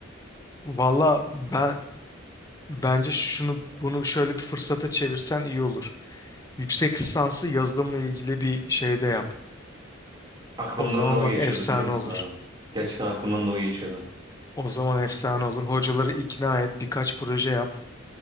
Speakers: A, on the left; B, on the right.
A: Valla <clears throat> ben bence şunu bunu şöyle bir fırsata çevirsen iyi olur. Yüksek lisansı yazılımla ilgili bir şeyde yap.
B: Aklımdan
A: O zaman
B: da o
A: bak
B: geçiyordu
A: efsane
B: biliyor musun
A: olur.
B: abi? Gerçekten aklımdan da o geçiyordu.
A: O zaman efsane olur. Hocaları ikna et, birkaç proje yap.